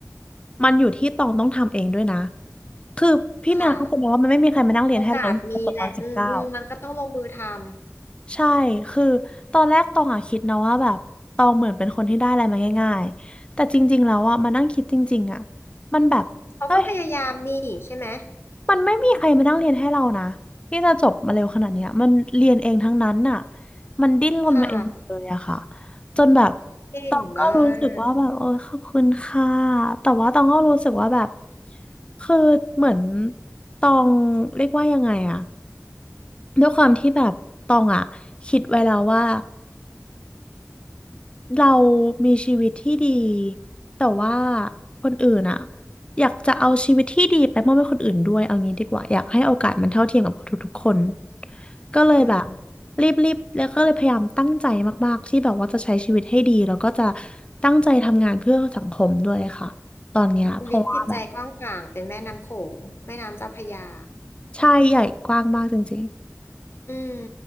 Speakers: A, on the left (about 20°); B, on the left (about 50°).
A: มันอยู่ที่ตองต้องทำเองด้วยนะคือพี่เมียเขาจะมองว่ามันไม่มีใครมานั่งเรียนให้เราจบตอนสิบเก้า
B: ค่ะ โอกาสมีแหละอืมอืมมันก็ต้องลงมือทำ
A: ใช่คือตอนแรกตองอะคิดนะว่าแบบตองเหมือนเป็นคนที่ได้อะไรมาง่ายๆแต่จริงๆแล้วอะมานั่งคิดจริงๆอะมันแบบเอ้ย
B: เขาก็พยายามนี่ใช่ไหม
A: มันไม่มีใครมานั่งเรียนให้เรานะที่จะจบมาเร็วขนาดเนี้ยมันเรียนเองทั้งนั้นน่ะมันดิ้นรนมาเองเลยอะค่ะ
B: ค่ะ
A: จนแบบ
B: เก่งมา
A: ตองก็รู้สึกว่าแบบโอ้ยขอบคุณค่ะ
B: ก
A: แต่ว่าตองก็รู้สึกว่าแบบคือเหมือนตองเรียกว่ายังไงอะด้วยความที่แบบตองอะคิดไว้แล้วว่า เรามีชีวิตที่ดีแต่ว่าคนอื่นอะอยากจะเอาชีวิตที่ดีไปมอบให้คนอื่นด้วยเอางี้ดีกว่าอยากให้โอกาสมันเท่าเทียมกับทุกๆคนก็เลยแบบ
B: อืม
A: รีบๆแล้วก็เลยพยายามตั้งใจมากๆที่แบบว่าจะใช้ชีวิตให้ดีแล้วก็จะตั้งใจทำงานเพื่อสังคมด้วยค่ะตอนเนี้ยเพราะว่าแบบ
B: อุลิศจิตใจกว้างขวางเป็นแม่น้ำโขงแม่น้ำเจ้าพระยา
A: ใช่ใหญ่กว้างมากจริงๆ
B: อืม